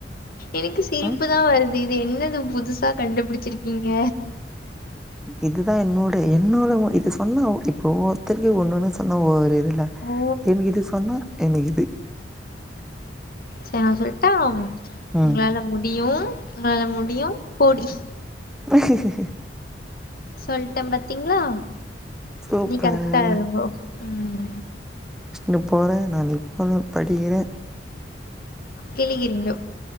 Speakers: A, on the left; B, in the centre.
A: எனக்கு சிரிப்பு
B: ம்
A: தா வருது இது என்னது புதுசா கண்டுபிடிச்சிரிக்கீங்க
B: இதுதா என்னோட என்னோட இது சொன்னா இப்ப ஒவ்வொர்த்தர்க்கு ஒண்ணுன்னு சொன்னா ஒரு இதுல
A: ஓ
B: எனக் இது சொன்னா எனக்கிது
A: சர் நா சொல்ட்டா
B: ம்
A: ஒங்கள முடியூ ஒங்ளால முடியூ போடி
B: இகுகுஇகு
A: சொல்ட்ட பாத்தீங்களா
B: சூப்பர்
A: நீ கரெக்டா எழுதுங்கோ ம்
B: ஸ்னு போறே நா இப்போந்தே படிகிறே
A: கிழிகிறீங்கோ